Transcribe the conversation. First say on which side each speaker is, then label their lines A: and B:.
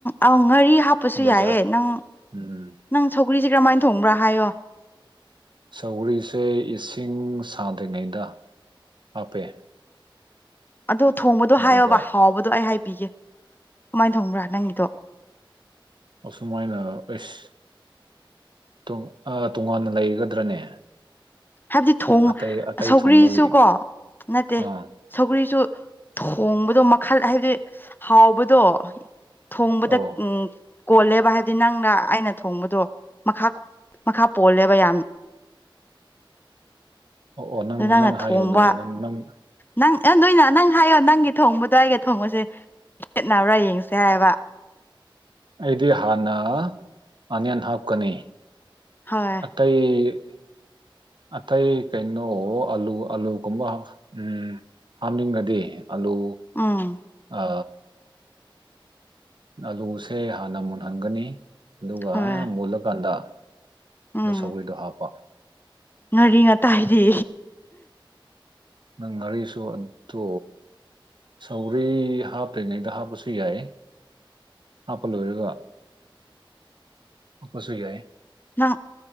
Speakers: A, on the left; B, on the right.
A: ꯑ ꯉꯥꯔꯤ ꯍꯥꯞꯄꯁꯨ
B: ꯕꯖꯥꯔ
A: ꯌꯥꯏꯑꯦ ꯅꯪ
B: ꯎꯝ
A: ꯅꯪ ꯁꯧꯒ꯭ꯔꯤꯁꯦ ꯀꯔꯝꯍꯥꯏꯅ ꯊꯣꯡꯕ꯭ꯔꯥ ꯍꯥꯏꯌꯣ
B: ꯁꯧꯔꯤꯁꯦ ꯏꯁꯤꯡ ꯁꯥꯗ꯭ꯔꯤꯉꯩꯗ ꯍꯥꯞꯄꯦ
A: ꯑꯗꯨ ꯊꯣꯡꯕꯗꯣ
B: ꯑꯗꯨꯒ
A: ꯍꯥꯏꯌꯣꯕ ꯍꯥꯎꯕꯗꯣ ꯑꯩ ꯍꯥꯏ ꯄꯤꯒꯦ ꯀꯃꯥꯏꯅ ꯊꯣꯡꯕ꯭ꯔꯥ ꯅꯪꯒꯤꯗꯣ
B: ꯑꯁꯨꯃꯥꯏꯅ ꯑꯦꯁ ꯇꯣꯉꯥꯟꯅ ꯂꯩꯒꯗ꯭ꯔꯅꯦ
A: ꯍꯥꯏꯕꯗꯤ ꯊꯣꯡ
B: ꯑꯇꯩ ꯑꯇꯩ
A: ꯁꯧꯒ꯭ꯔꯤꯁꯨ
B: ꯊꯨꯡꯕꯒꯤ
A: ꯀꯣ ꯅꯠꯇꯦ
B: ꯑꯥ
A: ꯁꯧꯒꯔꯤꯁꯨ ꯊꯣꯡꯕ ꯑꯗꯣ ꯃꯈꯜ ꯍꯥꯏꯕꯗꯤ ꯍꯥꯎꯕꯗꯣ ꯊꯣꯡꯕꯗ
B: ꯑꯧ
A: ꯎ ꯀꯣꯜꯂꯦꯕ ꯍꯥꯏꯕꯗꯤ ꯅꯪꯅ ꯑꯩꯅ ꯊꯣꯡꯕꯗꯣ ꯃꯈꯥ ꯃꯈꯥ ꯄꯣꯜꯂꯦꯕ ꯌꯥꯝ
B: ꯑꯣ ꯑꯣ ꯅꯪ
A: ꯑꯗꯨ ꯅꯪꯅ
B: ꯅꯪ ꯍꯥꯏꯌꯣ
A: ꯊꯣꯡꯕ
B: ꯑꯗꯨꯗꯤ ꯅꯪ ꯅꯪ
A: ꯅꯪ ꯑꯦ ꯅꯣꯏꯅ ꯅꯪ ꯍꯥꯏꯌꯣ ꯅꯪꯒꯤ ꯊꯣꯡꯕꯗꯣ ꯑꯩꯒ ꯊꯣꯡꯉꯨꯁꯦ ꯈꯦꯠꯅꯕ꯭ꯔꯥ ꯌꯦꯡꯁꯦ ꯍꯥꯏꯕ
B: ꯑꯩꯗꯤ ꯍꯥꯟꯅ ꯑꯅꯤꯌꯟ ꯍꯥꯞꯀꯅꯤ
A: ꯍꯣꯏ
B: ꯑꯇꯩꯇꯩ ꯑꯇꯩ ꯀꯩꯅꯣ ꯑꯂꯨ ꯑꯂꯨꯒꯨꯝꯕ ꯎꯝ ꯍꯥꯞꯅꯤꯡꯉꯗꯤ ꯑꯂꯨ
A: ꯎꯝ
B: ꯑ ꯑꯂꯨꯁꯦ ꯍꯥꯟꯅ ꯃꯨꯟꯍꯟꯒꯅꯤ ꯑꯗꯨꯒ
A: ꯍꯣꯏ
B: ꯃꯨꯜꯂꯀꯥꯟꯗ
A: ꯎꯝ
B: ꯑ ꯁꯧꯒꯔꯤꯗꯣ ꯍꯥꯞꯄ
A: ꯉꯥꯔꯤ ꯉꯥꯇꯥꯏꯔꯤ
B: ꯅꯪ ꯉꯔꯤꯁꯨꯨ ꯑꯗꯨꯗꯣ ꯁꯧꯒꯔꯤ ꯍꯥꯞꯇ꯭ꯔꯤꯉꯩꯗ ꯍꯥꯞꯄꯁꯨ ꯌꯥꯏ ꯍꯥꯞꯄ ꯂꯣꯏꯔꯒ ꯍꯥꯞꯄꯁꯨ ꯌꯥꯏ
A: ꯅꯪ